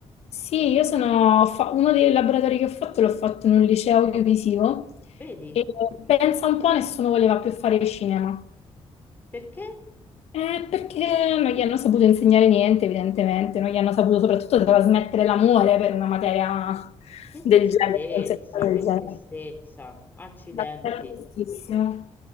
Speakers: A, on the left (about 80°); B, on the left (about 20°).
A: sì, io sono fa- uno dei laboratori che ho fatto l'ho fatto in un liceo audiovisivo
B: Vedi?
A: e pensa un po', nessuno voleva più fare cinema.
B: Perché?
A: Eh, perché non gli hanno saputo insegnare niente, evidentemente, non gli hanno saputo soprattutto trasmettere l'amore per una materia
B: Che
A: del
B: tristezza,
A: genere, per un settore
B: che
A: del genere.
B: tristezza. Accidenti.
A: D'accordissimo.